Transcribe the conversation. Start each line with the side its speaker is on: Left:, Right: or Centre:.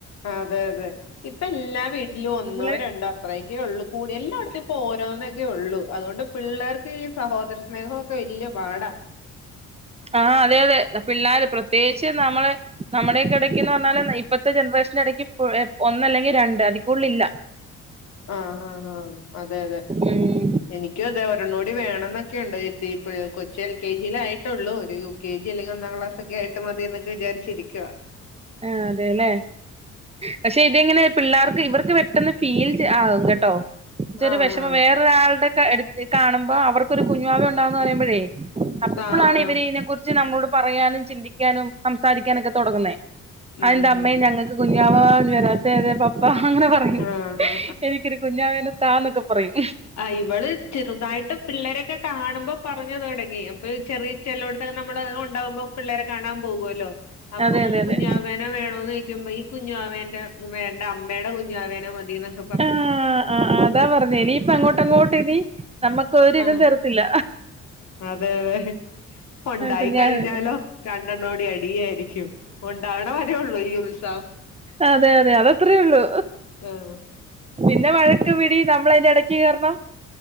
Left: അതെ അതെ ഇപ്പ എല്ലാ വീട്- ഇല്ല ഒന്നോ
Right: ഇവള്
Left: രണ്ടോ അത്രയൊക്കെ ഉള്ളൂ കൂടി എല്ലാം അടുത്തപ്പോ ഓരോന്നൊക്കെ ഉള്ളു അതുകൊണ്ട്- പിള്ളേർക്ക് ഈ സഹോദര സ്നേഹവൊക്കെ വലിയ പാടാ
Right: ആഹ് അതെ അതെ പിള്ളാര് പ്രത്യേകിച്ച് നമ്മള് നമ്മുടെക്കെ എടക്ക് പറഞ്ഞാല് ഇപ്പഴത്തെ ജനറേഷൻ ഇടയ്ക്ക് ഒന്ന് അല്ലെങ്കിൽ രണ്ട് അതിക്കൂടുതലില്ല
Left: ആഹ് ആഹ് ആഹ് അതെ അതെ
Right: ഉം
Left: എനിക്കും അതെ ഒരെണ്ണം കൂടി വേണോന്ന് ഒക്കെയുണ്ട് ചേച്ചി ഇപ്പഴ് കൊച്ച് എൽ കെ ജി യിലായിട്ട്- ട്ടുള്ളൂ ഒരു യു കെ ജി അല്ലെങ്കി ഒന്നാംക്ലാസ് ഒക്കെ ആയിട്ട് മതിയൊക്കെ വിചാരിച്ചിരിക്കുക
Right: ആ അതെല്ലേ പക്ഷെ ഇത് ഇങ്ങനെ പിള്ളേർക്ക് ഇവർക്ക് പെട്ടെന്ന് ഫീൽ ആകും കേട്ടോ എന്ന് വെച്ച
Left: ആഹ്
Right: ഒരു വിഷമം വേറൊരാളുടെ- എടുത്ത് കാണുമ്പോ അവർക്കൊരു കുഞ്ഞുവാവ ഉണ്ടാവുയെന്ന് പറയുമ്പോഴേ അപ്പഴാണ്
Left: ആഹ് ആഹ്
Right: ഇവര് ഇതിനെ കുറിച്ച്- ച്ച് നമ്മളോട് പറയാനും ചിന്തിക്കാനും സംസാരിക്കാനൊക്കെ തൊടങ്ങുന്നേ
Left: ഉം
Right: അതെന്താ അമ്മെ
Left: ഉം
Right: ഞങ്ങൾക്ക് കുഞ്ഞു വാവ വരാത്ത അതെ പപ്പ അങ്ങനെ പറ - റയും
Left: ആഹ്
Right: എനിക്കൊരു കുഞ്ഞാവെനെ താ എന്നൊക്കെ പറയും
Left: ആ ഇവള്- ചെറുതായിട്ട് പിള്ളേരൊക്കെ കാണുമ്പോ പറഞ്ഞത് തൊടങ്ങി അപ്പൊ ചെറിയ ചെലൊടുത്തൊക്കെ നമ്മള് ഉണ്ടാകുമ്പോ- പിള്ളേരെ കാണാൻ പോകുവല്ലോ അപ്പം
Right: അതെ അതെ
Left: കുഞ്ഞുവാവേ
Right: അതെ
Left: - വേണോന്ന് ചോയിക്കുമ്പോ ഈ കുഞ്ഞാവാവേന്റെ വേണ്ട അമ്മടെ കുഞ്ഞാവേനെ മതിന്ന് -
Right: ആഹാ ആഹ് ആഹ് അതാ പറഞ്ഞേ ഇനിയിപ്പ അങ്ങോട്ട് അങ്ങോട്ട് ഇനി- നമ്മുക്ക് ഒരിതും
Left: ആഹ്
Right: തരിത്തില്ല
Left: അതെ അതെ ഒണ്ടായി
Right: കുഞ്ഞാവേന്ന്
Left: കഴിഞ്ഞാലോ രണ്ടെണ്ണോടി അടിയായിരിക്കും ഉണ്ടണ്ട് അ <unintelligible> വിടെ വരുള്ളൂ ഈ ഉ <unintelligible>
Right: അതെ അതെ അത് അത്രേ ഉള്ളു
Left: ആഹ്
Right: പിന്നെ വഴക്ക് പിടി നമ്മള് അതിന്റെ ഇടക്ക്‌ - ചേർന്ന്